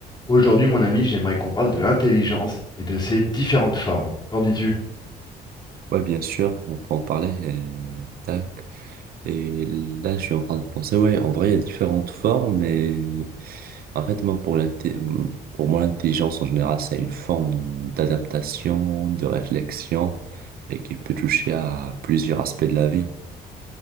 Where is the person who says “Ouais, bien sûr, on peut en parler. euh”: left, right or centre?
Right